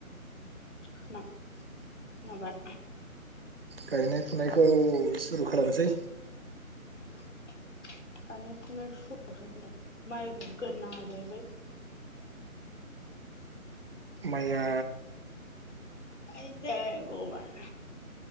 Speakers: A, on the left (about 55°); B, on the right (about 40°).
A: खोना-खोनाबाय।
B: गायनाय फुनायखौ सुरु खालामसै।
A: गायनाय फुनाय सुरु <unintelligible> माइ फोग्रोनांगो जाहैबाय।
B: माया
A: आयदै बगबान।